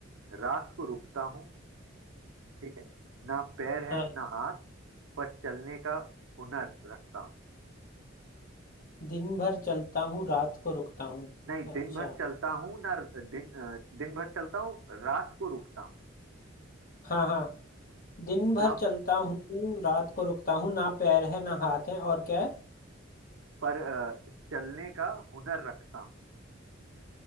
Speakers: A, on the right; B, on the left.
A: रात को रुकता हूँ ठीक है ना पैर है
B: हाँ
A: ना हाथ पर चलने का हुनर रखता हूँ
B: दिन भर चलता हूँ रात को रुकता हूँ
A: नहीं
B: अच्छा
A: दिन भर चलता हूँ ना दिन अ, दिन भर चलता हूँ रात को रुकता हूँ
B: हाँ हाँ दिन भर
A: ना
B: चलता हूँ रात को रुकता हूँ ना पैर है ना हाथ है और क्या
A: पर अ, चलने का हुनर रखता हूँ